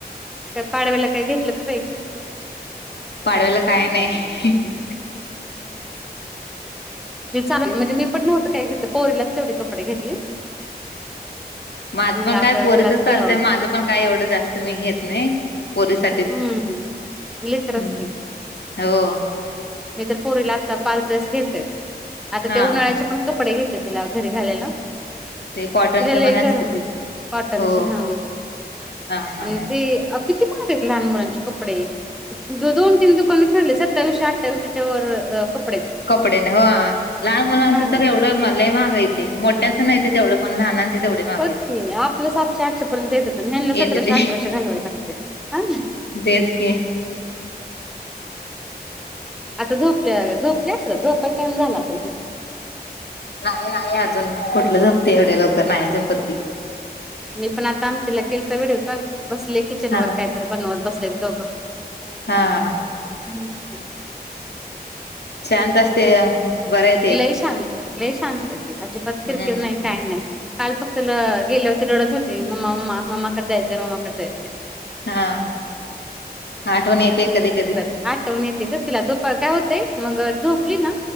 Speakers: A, in the centre; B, on the left.
A: काय पाडव्याला काय घेतलं का काही?
B: पाडव्याला काय नाही. <unintelligible>
A: मी चांगली म्हणजे मी पण नव्हंत काय घेतलं, पोरीलाच तेवढी कपडे घेतली.
B: माझं पण
A: आता
B: काय पोरीचच
A: ह्यालाच
B: चालतयं,
A: घ्यावं
B: माझं पण काय एवढं जास्त मी घेत नाही, पोरीसाठी तेच,
A: हम्म लेकरच
B: हुं..
A: की
B: हो....
A: मी तर पोरीला आता पाच ड्रेस घेतलेत, आता
B: हा
A: ते उन्हाळ्याचे पण कपडे घ्यायचेत, तिला घरी घालायला.
B: ते कॉटनच
A: तिला लै
B: पण
A: गरम
B: असत
A: होतंय म्हणुन
B: ते
A: कॉटनची
B: हो
A: हा
B: हा हा
A: आणि ती अग- किती महागयेत लहान मुलांचे कपडे दो दोन तीन दुकाने फिरली सत्तावीसशे, अठ्ठावीशेच्या वरच अ कपडे्च
B: कपडे न हो लहान मुलांचं तर
A: आहेत.
B: एवढं म लय महाग ये ते मोठ्यांचं नाय ते तेवढं पण लहानांचे तेवढे महाग
A: बघ
B: येत
A: की आपलं सातशे आठशे पर्यंत येत होतं ह्यांना
B: येतते
A: सतराशे अठराशे घालवावे लागते. हा
B: तेच की.
A: आता झोपल्या बघा झोपले असलं झोपायचा टाइम झाला असेल तिचा
B: नाही नाही अजून कुठलं झोपते एवढ्या लवकर नाय झोपत ती.
A: मी पण आता आमचीला केलता विडीओ कॉल बसले किचनवर
B: हा
A: कायतरी बनवत बसलेत दोघं.
B: हा.
A: हम्म.
B: शांत असते बरय
A: लय शांत लय शांतय ती अजीबात खिरकीर
B: हम्म
A: नाय काय नाय. काल फक्त ल गेल्यावरती रडत होती मम्मा मम्मा ममाकडे जायचय, मम्माकडे जायचय.
B: हा आठवण येते कधी कधी.
A: आठवन येते खरं तिला झोप काय होतेय मग झोपली ना